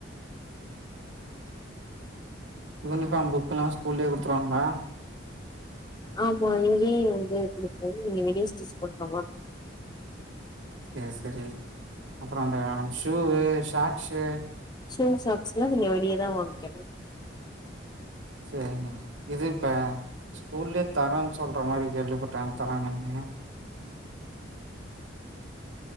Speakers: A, on the right; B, on the left.
A: யூனிஃபாம் புக்கெல்லா ஸ்கூல்லியே குடுத்துருவாங்ளா?
B: ஆமா இங்கியே வந்து குடுக்கது நீங்க வெளிய ஸ்டிச் பண்ண மார்ரு
A: செ செரி அப்புறோ அந்த ஷூவு ஷாக்ஷு
B: ஷூ சாக்ஸ் எல்லா நீங்க வெளியதா வாய்ங்க்கணு.
A: சேரிங்க இது இப்ப ஸ்கூல்லியே தரான் சொல்ற மாரி கேள்விப்பட்டே தராங்கன்னு.